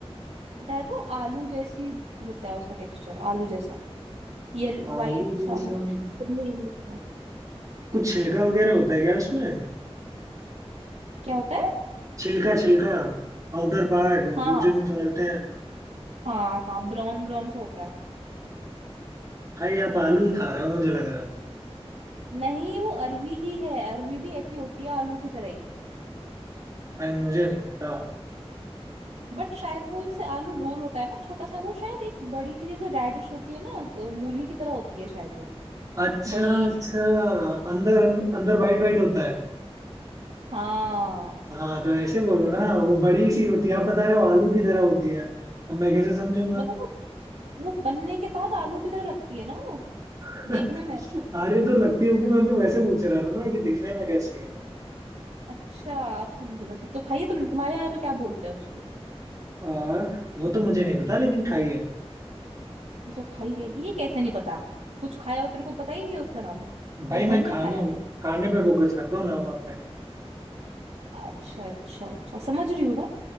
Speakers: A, on the right (about 85°); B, on the right (about 30°).
A: पता है तो आलू जैसी होता है उसका टेक्सचर आलू जैसा ये वाइट
B: आलू
A: सा
B: जैसा
A: मतलब येलो येलो सा
B: कुछ छिलका वगैरह होता है क्या उसमें
A: क्या होता है
B: छिलका छिलका आउटर पार्ट
A: हाँ
B: वो जो निकालते हैं
A: हाँ हाँ ब्राउन ब्राउन सा होता है
B: भाई आप आलू ही खा रहे हो मुझे लग रहा है
A: नहीं वो अरवी ही है अरवी भी ऐसी होती है आलू की तरह ही
B: भाई मुझे नहीं पता
A: बट शायद वो जैसे आलू गोल होता है ना छोटा सा वो शायद एक बड़ी सी जैसे रेडिश होती है ना अ, मूली की तरह होती है शायद वो
B: अच्छा
A: बड़ी
B: अच्छा
A: सी
B: अंदर अंदर वाइट वाइट होता है
A: हाँ
B: हाँ तो ऐसे बोलो ना वो बड़ी सी होती है आप बता रहे हो आलू की तरह होती है अब मैं कैसे समझूंगा
A: मतलब वो वो बनने के बाद आलू की तरह लगती है ना वो
B: <laughs>
A: देखने में
B: अरे तो लगती होगी मैं तो वैसे पूछ रहा था ना कि दिखने में कैसी है
A: अच्छा आप समझी मतलब तो तो खाइए तुम तुम्हारे यहाँ पे क्या बोलते हैं उसको
B: आ, वो तो मुझे नहीं पता लेकिन खाई है
A: जो खाई है ये कैसे नहीं पता कुछ खाया हो तेरे को पता ही नहीं है उसका नाम
B: भाई
A: और घर
B: मैं खाने
A: में खाया है वो
B: खाने पे फोकस करता हूँ नाम वाम पे नहीं
A: अच्छा अच्छा अच्छा समझ रही हूँ मैं